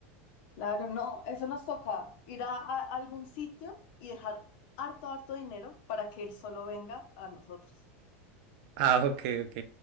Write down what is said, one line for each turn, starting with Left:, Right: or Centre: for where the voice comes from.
Left: Claro, no, eso nos toca ir a, a algún sitio y dejar harto, harto dinero para que él solo venga a nosotros.
Right: Ah, ok, ok.